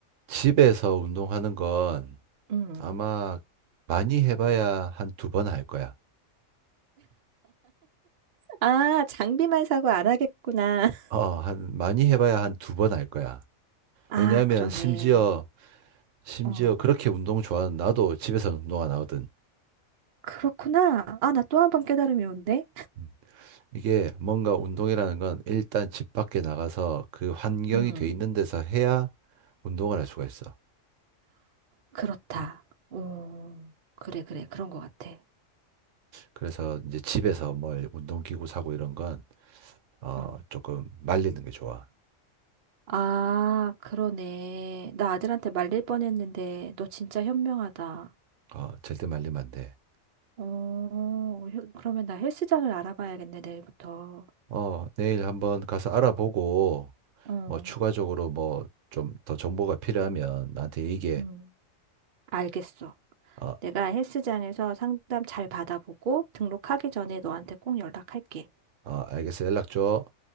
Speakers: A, on the right; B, on the right.
A: 집에서 운동하는 건
B: 음.
A: 아마 많이 해봐야 한 두 번 할 거야.
B: 아, 장비만 사고 안 하겠구나. <laughs>
A: 어, 한, 많이 해봐야 한 두 번 할 거야.
B: 아,
A: 왜냐하면
B: 그러네.
A: 심지어, 심지어
B: 어,
A: 그렇게 운동 좋아하는 나도 집에서 운동 안 하거든.
B: 그렇구나. 아, 나 또 한 번 깨달음이 온대.
A: 음. 이게 뭔가 운동이라는 건 일단 집 밖에 나가서 그 환경이
B: 음,
A: 돼 있는 데서 해야 운동을 할 수가 있어.
B: 그렇다. 오, 그래, 그래. 그런 것 같아.
A: 그래서 이제 집에서 뭘 운동기구 사고 이런 건, 어,
B: 어.
A: 조금 말리는 게 좋아.
B: 아, 그러네. 나 아들한테 말릴 뻔했는데, 너 진짜 현명하다.
A: 어, 절대 말리면 안 돼.
B: 어, 혀- 그러면 나 헬스장을 알아봐야겠네, 내일부터.
A: 어, 내일 한번 가서 알아보고,
B: 어,
A: 뭐 추가적으로 뭐 좀 더 정보가 필요하면 나한테 얘기해.
B: 음. 알겠어.
A: 어,
B: 내가 헬스장에서 상담 잘 받아보고 등록하기 전에 너한테 꼭 연락할게.
A: 어, 알겠어. 연락 줘.